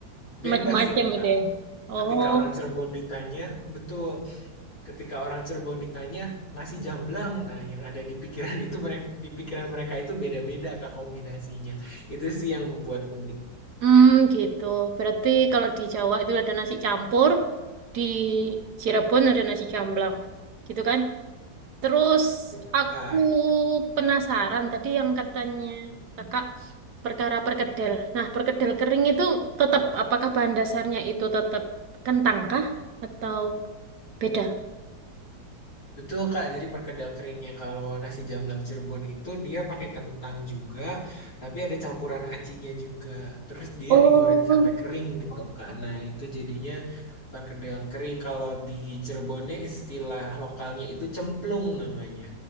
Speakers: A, on the left; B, on the right.
A: bebas
B: Macam-macam
A: ya, Kak.
B: gitu ya. Oh,
A: Ketika orang Cirebon ditanya, betul ketika orang Cirebon ditanya nasi jamblang, nah yang ada di pikiran itu mereka di pikiran mereka itu beda-beda Kak kombinasinya. Itu sih yang membuat unik.
B: hmm, gitu. Berarti kalau di Jawa itu ada nasi campur, di Cirebon ada nasi jamblang, gitu kan? Terus
A: Betul
B: aku
A: Kak.
B: penasaran tadi yang katanya kakak perkara perkedel. Nah, perkedel kering itu tetap apakah bahan dasarnya itu tetap kentang kah atau beda?
A: Betul Kak. Jadi perkedel keringnya kalau nasi jamblang Cirebon itu dia pakai kentang juga, tapi ada campuran acinya juga. Terus dia
B: Oh,
A: digoreng sampai kering gitu Kak. Nah, itu jadinya perkedel kering kalau di Cirebonnya istilah lokalnya itu cemplung namanya.